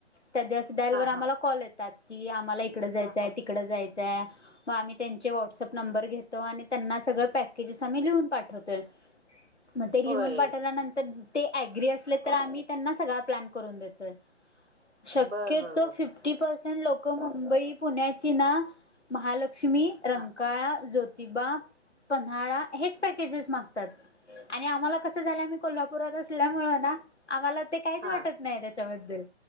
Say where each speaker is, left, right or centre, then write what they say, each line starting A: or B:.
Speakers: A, on the left; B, on the right.
A: त्या जस्ट डायल
B: हा
A: वर आम्हाला
B: हा
A: कॉल येतो त की, आम्हाला इकडं जायचंय आहे, तिकडं जायचंय. मग आम्ही त्यांचे व्हॉट्सअप
B: हा
A: नंबर घेतो, आणि त्यांना सगळं पॅकेस आम्ही लिहून पाठवतोय.
B: <inaudible>
A: मग ते
B: होय
A: लिहून पाठवल्यानंतर, ते अग्री असले तर आम्ही त्यांना सगळा प्लॅन करून देतोय. शक्यतो
B: बर बर बर
A: फिफ्टी पर्सेंट लोक मुंबई पुण्याची ना महालक्ष्मी, रंकाळा,
B: हा
A: ज्योतिबा, पन्हाळा, हेच
B: हा
A: पॅकेजेस मागत आणि आम्हाला कस झालं, आम्ही कोल्हापुरात असल्यामुळ ना आम्हाला ते काहीच
B: हा
A: वाटत नाही त्याच्याबद्दल.